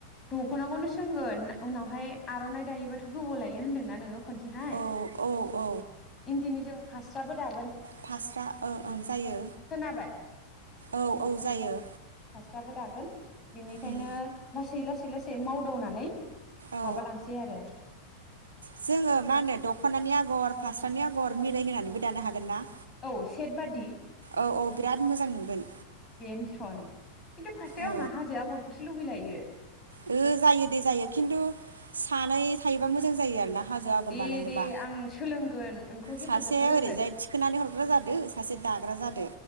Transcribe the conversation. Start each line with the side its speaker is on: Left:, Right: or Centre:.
Left: दख'नाखौनो सोंगोन उनावहाय आर'नाइ दायोबाथ' गोबाव लायो होन्दोंना नोङो खनसे ज
Right: औ औ औ
Left: <unintelligible> इन्दिनि जोम फास्राबो दा
Right: फास्रा ओं ओं जायो
Left: खोनाबाय
Right: औ औ जायो।
Left: फिसाबो दागोन। बेनिखायनो
Right: उम
Left: लासै लासै। लासै लासै मावदावनानै।
Right: औ
Left: माबालांसै आरो। <inaudible>
Right: जोङो मा होननो द दख'नानि आगर फास्रानिआगर मिराय होनानैबो दानो हागोन ना।
Left: औ सेट बादि।
Right: औ औ बिराद मोजां नुगोन।
Left: बेनथन। खिन्थु फास्राआव
Right: औ
Left: आंहा हाजो आगरखौसो लुगैलायो।
Right: ओ जायो दे जायो खिन्थु सानै थायोबा मोजां जायो आरो ना। हाजो आगर
Left: दे
Right: बानायनोबा
Left: दे आं सोलोंगोन नोंखौ हेफाजाबबो
Right: सासेया
Left: होगोन
Right: ओरैजाय थिखोनानै हरग्रा जादो सासे दाग्रा जादो।